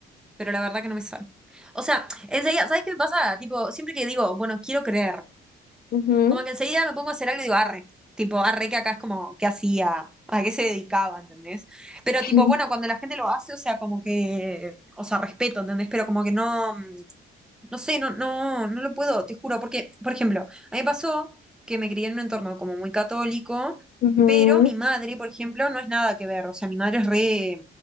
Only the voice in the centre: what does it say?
pero la verdad que no me sale. O sea, enseguida, ¿sabes qué me pasa? Tipo, siempre que digo, bueno, quiero creer,
como que enseguida me pongo a hacer algo y digo, arre. Tipo, arre que acá es como, ¿qué hacía? ¿A qué se dedicaba? ¿Entendés? Pero
tipo, bueno, cuando la gente lo hace, o sea, como que, o sea, respeto, ¿entendés? Pero como que no. No sé, no, no, no lo puedo, te juro, porque, por ejemplo, a mí me pasó que me crié en un entorno como muy católico,
pero mi madre, por ejemplo, no es nada que ver, o sea, mi madre es re,